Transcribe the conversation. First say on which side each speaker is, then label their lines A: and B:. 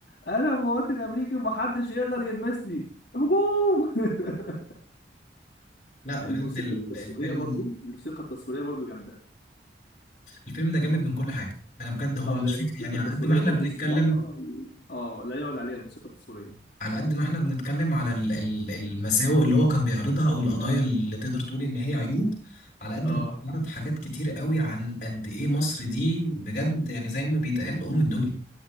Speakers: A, on the left; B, on the left.
A: انا مواطن امريكي ومحدش يقدر يلمسني هجوم <laughs>
B: <laughs> لا بجد
A: الموسيقى
B: ال-
A: التصويريه
B: الفيلم
A: برضو الموسيقى التصويريه برضو جامده
B: الفيلم ده جامد من كل حاجة انا بجد هو
A: اه
B: مش
A: لا
B: فكرة
A: الموسيقى
B: يعني على
A: التصويريه
B: قد ما احنا
A: برضو
B: بنتكلم
A: الصراحه اه لا يعلى عليها الموسيقى التصويريه
B: على قد ما احنا بنتكلم على ال- ال- المساوئ اللي هو كان بيعرضها او القضايا اللي تقدر تقول ان هي عيوب على قد
A: اه
B: ما بيعرض حاجات كتير قوي عن قد ايه مصر دي بجد يعني زي ما بيتقال ام الدنيا